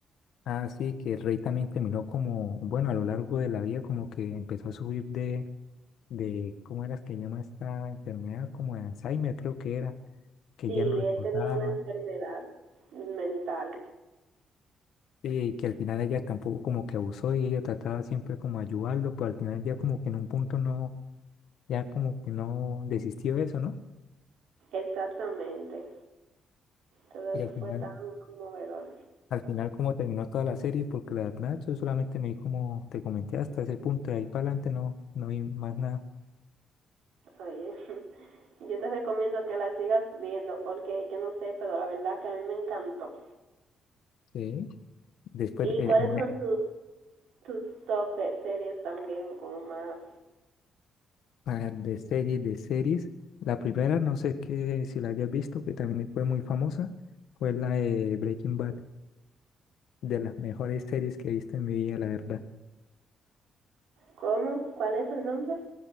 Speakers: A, on the left (about 70°); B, on the right (about 85°).
A: Ah, sí, que el rey también terminó como, bueno, a lo largo de la vida como que empezó a subir de, de, ¿cómo era que llama esta enfermedad? Como de Alzheimer creo que era que
B: Sí,
A: ya no recordaba,
B: él tenía una enfermedad mental.
A: sí, y que al final ella tampoco como que abusó y ella trataba siempre como de ayudarlo, pero al final ya como que en un punto no, ya como que no desistió de eso, ¿no?
B: Exactamente. Todo eso
A: Y al final,
B: fue tan conmovedor.
A: al final como terminó toda la serie, porque la verdad yo solamente me vi como te comenté hasta ese punto, de ahí para adelante no, no vi más nada.
B: Oye, <laughs> yo te recomiendo que la sigas viendo porque yo no sé, pero la verdad que a mí me encantó.
A: Sí. Después,
B: ¿Y
A: eh,
B: cuáles
A: en-
B: son tus, tus top de series también? Como más...
A: para de series, de series, la primera, no sé qué, si la hayas visto, que también fue muy famosa, fue la de Breaking Bad, de las mejores series que he visto en mi vida, la verdad.
B: ¿Cómo? ¿Cuál es el nombre?